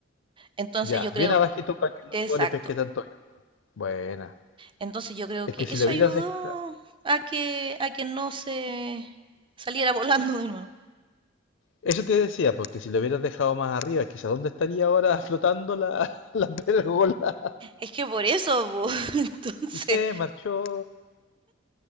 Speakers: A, on the right (about 25°); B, on the left (about 60°).
A: Entonces,
B: Ya,
A: yo creo,
B: bien abajito para que no
A: exacto,
B: le pesque tanto avión. Buena.
A: Entonces yo creo
B: Es
A: que
B: que si
A: eso
B: lo hubieras
A: ayudó
B: dejado...
A: a que, a que no se saliera <laughs> volando de nuevo.
B: Eso te decía, porque si lo hubieras dejado más arriba, quizás dónde estaría ahora flotando la, <laughs> la pérgola.
A: Es que por eso, po, <laughs> entonces,
B: Y se marchó.